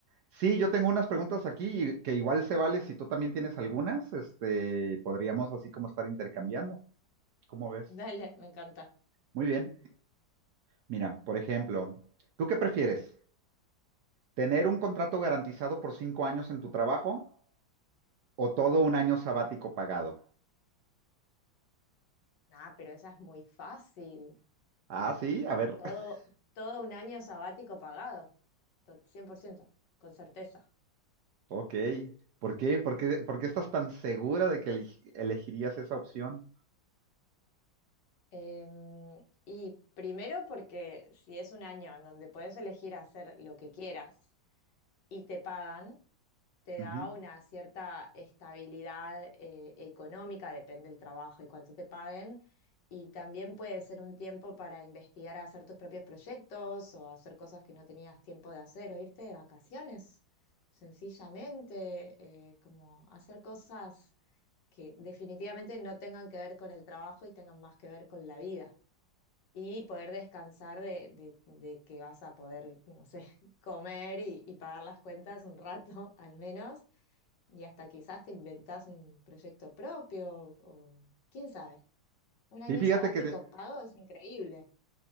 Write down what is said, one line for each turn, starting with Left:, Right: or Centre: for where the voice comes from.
Right: Sí, yo tengo unas preguntas aquí y que igual se vale si tú también tienes algunas, este, podríamos así como estar intercambiando. ¿Cómo
Left: <laughs>
Right: ves?
Left: Dale, me encanta.
Right: Muy bien. Mira, por ejemplo, ¿tú qué prefieres? ¿Tener un contrato garantizado por cinco años en tu trabajo o todo un año sabático pagado?
Left: Ah, pero esa es muy fácil.
Right: Ah, sí,
Left: Eh,
Right: a ver.
Left: todo,
Right: <laughs>
Left: todo un año sabático pagado. to- cien por ciento, con certeza.
Right: Ok. ¿Por qué? ¿Por qué, por qué estás tan segura de que elegi- elegirías esa opción?
Left: Em, y primero porque si es un año en donde puedes elegir hacer lo que quieras y te pagan, te da
Right: Ujú.
Left: una cierta estabilidad eh, económica, depende del trabajo y cuánto te paguen. Y también puede ser un tiempo para investigar, hacer tus propios proyectos o hacer cosas que no tenías tiempo de hacer o irte de vacaciones, sencillamente, eh, como hacer cosas que definitivamente no tengan que ver con el trabajo y tengan más que ver con la vida y poder descansar de, de- de que vas a poder, no sé, <laughs> comer y, y pagar las cuentas un rato <laughs> al menos, y hasta quizás te inventás un proyecto propio, o quién sabe, un año
Right: Sí, fíjate
Left: sabático
Right: que de-
Left: pago es increíble.